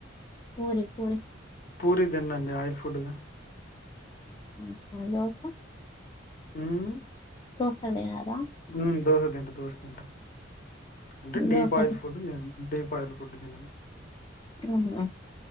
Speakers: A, on the left; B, on the left.
A: పోరి పోరి
B: పూరి తిన్నండి ఆయిల్ ఫుడ్ గా
A: అ దోస
B: ఉం
A: తుక్కం వేయరా
B: ఉ దోస తింటా దోస తింట అంటే డీప్
A: దోశ
B: ఆయిల్ ఫుడ్ నేను డీప్ ఆయిల్ ఫుడ్ తినను
A: ఓహో